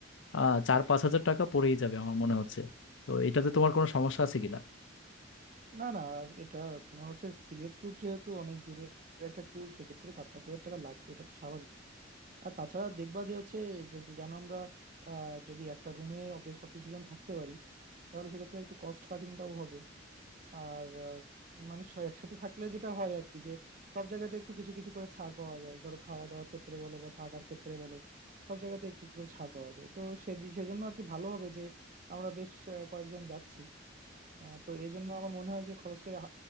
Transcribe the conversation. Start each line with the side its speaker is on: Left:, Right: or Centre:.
Left: আহ চার পাঁচ হাজার টাকা পড়েই যাবে আমার মনে হচ্ছে তো এটাতে তোমার কোনো সমস্যা আছে কিনা
Right: না না এটা তোমার হচ্ছে সিলেট ট্যুর যেহেতু অনেক দূরের একটা ট্যুর সেক্ষেত্রে চার পাঁচ হাজার টাকা লাগবে এটা তো স্বাভাবিক আর তাছাড়া দেখবা যে হচ্ছে যদি যেন আমরা আহ, যদি একটা রুমে বেশ কিছুজন থাকতে পারি তাহলে সেক্ষেত্রে একটু কস্ট কাটিংটাও হবে আর আহ, মানে স- একসাথে থাকলে যেটা হয় আর কি যে সব জায়গাতে একটু কিছু কিছু করে ছাড় পাওয়া যায় ধরো খাওয়া দাওয়ার ক্ষেত্রে বলো বা থাকার ক্ষেত্রে বলো সব জায়গাতে একটু একটু করে ছাড় পাওয়া যায় তো সে সেজন্য আর কি ভালো হবে যে আমরা বেশ আহ, কয়েকজন যাচ্ছি আহ, তো এই জন্য আমার মনে হয় যে খরচটা আহ,